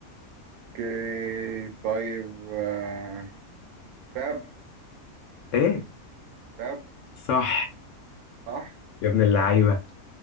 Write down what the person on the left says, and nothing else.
ايه
صح
يا ابن اللعيبه